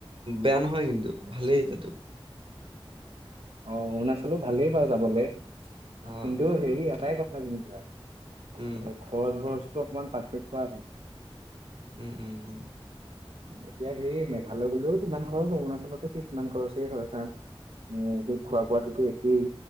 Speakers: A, on the right (about 65°); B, on the right (about 80°).
A: বেয়া নহয় কিন্তু ভালেই। যেটো
B: অ' অৰুণাচলো ভালেই বাৰু যাবলে,
A: অ',
B: কিন্তু হেই এটাই ক <unintelligible> আৰু
A: উম,
B: খৰচ বৰচ টো অকমান পাৰ্থক্য আছে।
A: উম উম উম
B: এতিয়া সেই মেঘালয় গ'লেও যিমান খৰচ অৰুণাচলতো সেই ইমান খৰচেই হয়, কাৰণ এ সেই খোৱা বোৱাটোতো একেই।